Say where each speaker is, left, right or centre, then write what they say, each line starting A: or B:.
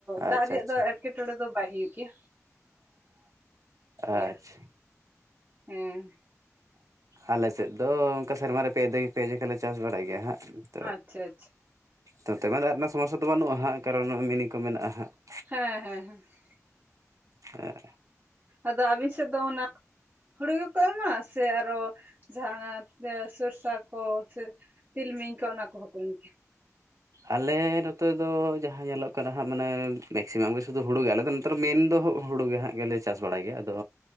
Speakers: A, on the right; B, on the right.
A: ᱫᱟᱜ
B: ᱟᱪᱪᱷᱟ
A: ᱨᱮᱭᱟᱜ
B: ᱟᱪᱪᱷᱟ
A: ᱫᱚ ᱮᱸᱴᱠᱮᱴᱚᱬᱮ ᱫᱚ ᱵᱟᱭ ᱦᱩᱭᱩᱜ ᱜᱮᱭᱟ
B: ᱟᱪᱪᱷᱟ
A: ᱾ <unintelligible> ᱦᱮᱸ
B: ᱟᱞᱮ ᱥᱮᱫ ᱫᱚ ᱚᱱᱠᱟ ᱥᱮᱨᱢᱟ ᱨᱮ ᱯᱮ ᱫᱷᱟᱣ <unintelligible> ᱯᱮ ᱡᱚᱠᱷᱮᱡ ᱞᱮ ᱪᱟᱥ ᱵᱟᱲᱟᱭ ᱜᱮᱭᱟ ᱦᱟᱸᱜ ᱾
A: ᱟᱪᱪᱷᱟ, ᱟᱪᱪᱷᱟ᱾
B: ᱱᱚᱛᱮ ᱫᱚ ᱫᱟᱜ ᱨᱮᱱᱟᱜ ᱥᱚᱢᱚᱥᱥᱟ ᱫᱚ ᱵᱟᱹᱱᱩᱜᱼᱟ ᱦᱟᱸᱜ, ᱠᱟᱨᱚᱱ ᱢᱤᱱᱤ ᱠᱚ ᱢᱮᱱᱟᱜᱼᱟ ᱦᱟᱸᱜ ᱾
A: ᱦᱮᱸ, ᱦᱮᱸ, ᱦᱮᱸ ᱾
B: ᱦᱮᱸ᱾
A: ᱟᱫᱚ ᱟᱹᱵᱤᱱ ᱥᱮᱫ ᱫᱚ ᱚᱱᱟ ᱦᱩᱲᱩ ᱜᱮᱠᱚ ᱮᱢᱟ ᱥᱮ ᱟᱨᱚ ᱡᱟᱦᱟᱸᱱᱟᱜ ᱥᱚᱨᱥᱟ ᱠᱚ ᱥᱮ ᱛᱤᱞᱢᱤᱧ ᱠᱚ ᱚᱱᱟ ᱠᱚ ᱦᱚᱸ ᱠᱚ ᱤᱭᱟᱹᱭ
B: ᱟᱞᱮ ᱱᱚᱛᱮ ᱫᱚ ᱡᱟᱦᱟᱸ ᱧᱮᱞᱚᱜ ᱠᱟᱱᱟ ᱦᱟᱸᱜ ᱢᱟᱱᱮ ᱢᱮᱠᱥᱤᱢᱟᱢ ᱜᱮ ᱥᱩᱫᱷᱩ ᱦᱩᱲᱩ ᱜᱮ ᱟᱞᱮ ᱫᱚ ᱾ ᱛᱚ ᱢᱮᱱᱫᱚ ᱦᱩᱲᱩ ᱜᱮ ᱦᱟᱸᱜ ᱜᱮ ᱞᱮ ᱪᱟᱥ ᱵᱟᱲᱟᱭ ᱜᱮᱭᱟ ᱾ ᱟᱫᱚ